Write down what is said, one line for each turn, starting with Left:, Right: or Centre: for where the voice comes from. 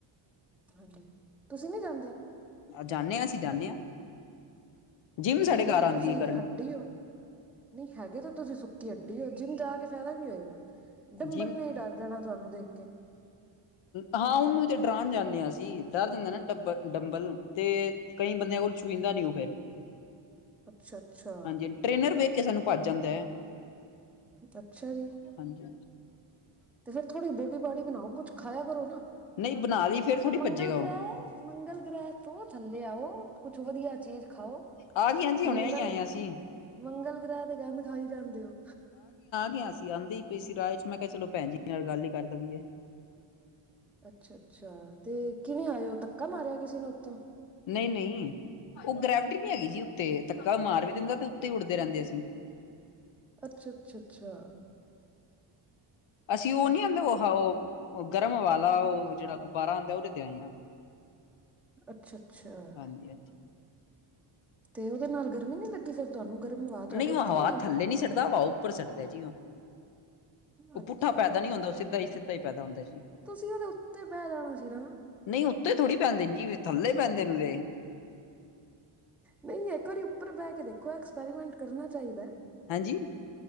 Centre: ਹਾਂਜੀ ਤੁਸੀਂ ਨਹੀਂ ਜਾਂਦੇ
Left: ਜਾਣੇ ਆ ਆਸੀ ਜਾਾਨੇ ਹਾਂ ਜਿੰਮ ਸਾਡੇ
Centre: ਹੈਗੇ
Left: ਘਰ
Centre: ਤੇ
Left: ਆਉਂਦੀ
Centre: ਤੁਸੀਂ
Left: ਹੈ ਕਰਨ
Centre: ਹੱਡੀੇ ਹੋ ਨਹੀਂ ਹੈਗੇ ਤਾਂ ਤੁਸੀਂ ਸੁੱਕੀ ਅੱਡੀ ਹੋ ਜਿੰਮ ਜਾ ਕੇ ਫਾਇਦਾ ਹੋਏਗਾ ਡੰਬਲ
Left: ਜਿੰਮ
Centre: ਨੇ ਹੀ ਡਰ ਜਾਣਾ ਤੁਹਾਨੂੰ ਦੇਖ ਕੇ
Left: ਹਾਂ ਉਹਨੂੰ ਤੇ ਡਰਾਉਣ ਜਾਂਦੇ ਹਸੀਂ ਡਰ ਦਿੰਦੇ ਨਾ ਡੱਬਲ ਡੰਬਲ ਤੇ ਕਈ ਬੰਦਿਆਂ ਕੋਲ ਛੂਹਦਾ ਨੀ ਉਹ ਫਿਰ
Centre: ਅੱਛਾ ਅੱਛਾ
Left: ਹਾਂਜੀ ਟ੍ਰੇਨਰ ਵੇਖ ਕੇ ਸਾਨੂੰ ਭੱਜ ਜਾਂਦਾ ਹੈ
Centre: ਅੱਛਾ ਜੀ
Left: ਹਾਂਜੀ
Centre: ਅਤੇ ਫਿਰ ਥੋੜ੍ਹੀ ਦੋਡੀਬਾੜੀ ਬਣਾਓ ਕੁਛ ਖਾਇਆ ਕਰੋ ਨਾ
Left: ਨਹੀਂ ਬਣਾ ਲਈ ਫੇਰ ਥੋੜ੍ਹੀ
Centre: ਆ ਮੰਗਲ
Left: ਭੱਜੇਗਾ ਉਹ
Centre: ਗ੍ਰਹਿ ਮੰਗਲ ਗ੍ਰਹਿ ਤੋਂ ਥੱਲੇ ਆ ਉਹ ਕੁੱਛ ਵਧੀਆ ਚੀਜ਼ ਖਾਓ
Left: ਆ ਗਏ ਹਾਂਜੀ ਹੁਣੇ
Centre: ਮੰਗਲ
Left: ਹੀ ਆਏ ਹਾਂ ਅਸੀਂ
Centre: ਮੰਗਲ ਗ੍ਰਹਿ ਤੇ ਗੰਧ ਖਾਈ ਜਾਂਦੇ ਹੋ
Left: ਗਿਆ ਸੀ ਆਂਦੀ ਹੀ ਪਈ ਸੀ ਰਾਹ ਚ ਮੈਂ ਕਿਹਾ ਚਲੋ ਭੈਣੀ ਨਾਲ ਗੱਲ ਹੀ ਕਰ ਦੇਵਏ
Centre: ਅੱਛਾ ਅੱਛਾ ਤੇ ਕਿਵੇਂ ਆਏ ਹੋ ਧੱਕਾ ਮਾਰਿਆ ਕਿਸੇ ਨੂੰ ਉੱਥੋਂ
Left: ਨਹੀ-ਨਹੀਂ ਉਹ ਗ੍ਰੈਵਿਟੀ ਨਹੀਂ ਹੈਗੀ ਜੀ ਉੱਤੇ ਧੱਕਾ ਮਾਰ ਵੀ ਦਿੰਦਾ ਤੇ ਤੇ ਉੱਡਦੇ ਰਹਿੰਦੇ ਅਸੀ।
Centre: ਅੱਛਾ-ਅੱਛਾ, ਅੱਛਾ।
Left: <inaudible> ਅਸੀਂ ਉਹ ਨਹੀਂ ਆਉਂਦਾ ਵਖਾਓ, ਗਰਮ ਹਵਾ ਵਾਲਾ ਉਹ ਜਿਹੜਾ ਗੁਬਾਰਾ ਆਉਂਦਾ' ਉਹਦੇ ਤੇ ਆਏ ਹਾਂ। <inaudible>
Centre: ਅੱਛਾ-ਅੱਛਾ
Left: ਹਾਂਜੀ ਹਾਂਜੀ
Centre: ਤੇ ਉਹਦੇ ਨਾਲ ਗਰਮੀ ਨੀ ਲੱਗੀ ਫੇਰ ਤੁਹਾਨੂੰ। ਗਰਮ ਹਵਾ ਤੁਹਾਡੇ
Left: ਨਹੀ ਉਹ
Centre: ਉੱਤੇ
Left: ਹਵਾ
Centre: ਨੀ ਆਈ
Left: ਥੱਲੇ
Centre: ਉਹ
Left: ਨੀ ਸੱਟਦਾ ਹਵਾ ਉੱਪਰ ਸੱਟ ਦਾ ਜੀ ਓ। ਉਹ
Centre: ਅੱਛਾ
Left: ਪੁੱਠਾ ਪੈਦਾ ਨੀ ਹੁੰਦਾ ਉਹ ਸਿੱਧਾ ਹੀ, ਸਿੱਧਾ ਹੀ ਪੈਦਾ ਹੁੰਦਾ ਜੀ।
Centre: ਤੁਸੀ ਉਹਦੇ ਉੱਤੇ ਬਹਿ ਜਾਣਾ ਸੀ ਨਾ।
Left: ਨਹੀਂ ਉੱਤੇ ਥੋੜ੍ਹੀ ਪੈਂਦੇ ਜੀ ਥੱਲੇ ਪੈਂਦੇ ਨੇ ਉਦੇ।
Centre: ਨਹੀਂ, ਇੱਕ ਵਾਰੀ ਉੱਪਰ ਬਹਿ ਕੇ ਦੇਖੋ ਪੈਰੀਮੈਂਟ ਕਰਨਾ ਚਾਹੀਦਾ।
Left: ਹਾਂਜੀ